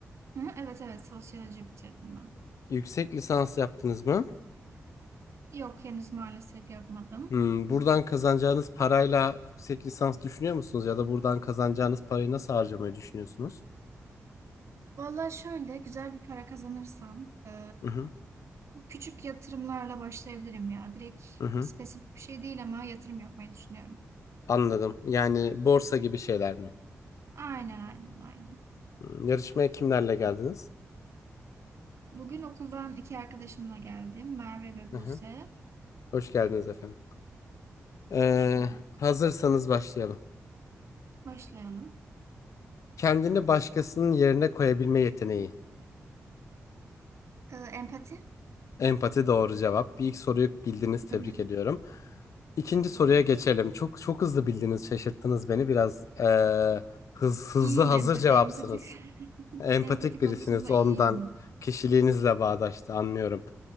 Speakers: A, on the right; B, on the left.
A: Hı, evet evet sosyoloji bitirdim ben.
B: yüksek lisans yaptınız mı?
A: Yok henüz maalesef yapmadım.
B: Hmm, buradan kazanacağınız parayla yüksek lisans düşünüyor musunuz? Ya da buradan kazanacağınız parayı nasıl harcamayı düşünüyorsunuz?
A: Valla şöyle güzel bir para kazanırsam e,
B: Hı hı,
A: Küçük yatırımlarla başlayabilirim ya. Direkt
B: hı hı.
A: spesifik bir şey değil ama yatırım yapmayı düşünüyorum.
B: Anladım. Yani borsa gibi şeyler mi?
A: Aynen aynen aynen.
B: Hmm, Yarışmaya kimlerle geldiniz?
A: Bugün okuldan iki arkadaşımla geldim. Merve ve
B: Hı
A: Buse.
B: hı. Hoş geldiniz efendim. Ee,
A: Hoş bulduk.
B: hazırsanız başlayalım.
A: Başlayalım.
B: Kendini başkasının yerine koyabilme yeteneği.
A: Ee, empati.
B: Empati doğru cevap. Bir ilk soruyu bildiniz. Tebrik
A: Hı hı.
B: ediyorum. İkinci
A: Teşekkürler.
B: soruya geçelim. Çok çok hızlı bildiniz. Şaşırttınız beni. Biraz ee, hız, hızlı
A: İyiyim
B: hazır
A: emp-
B: cevapsınız.
A: empatik. <laughs>
B: Empatik
A: Empati konusunda
B: birisiniz. Ondan
A: iyiyimdir.
B: kişiliğinizle bağdaştı. Anlıyorum.